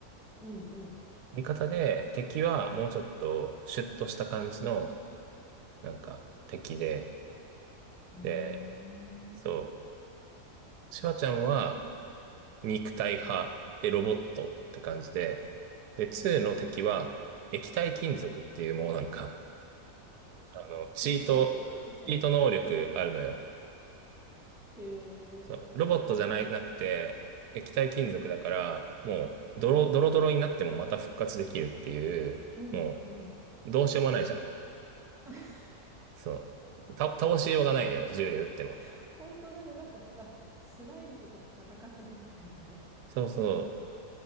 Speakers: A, in the centre; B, on the right.
A: うん、うん。
B: 味方で、敵はもうちょっとシュッとした感じの、なんか、敵で、
A: うーん。
B: で、そう、シュワちゃんは肉体派でロボットって感じで、で、2の敵は液体金属っていうもうなんか、
A: うん。
B: あの、チート、
A: <laughs> 誰それみたいな。
B: チート能力あるのよ。
A: へえ、
B: そう、ロボットじゃないなくて、液体金属だから、
A: うん、
B: もう、ドロ、ドロドロになってもまた復活できるっていう、
A: うん、
B: も
A: うん。
B: う、どうしようもないじゃん。
A: <laughs>
B: そう。た、倒しようがないのよ、銃で撃っても。
A: あ、本当だね。なんかさ、スライムと戦ってるみたいだね。
B: そうそ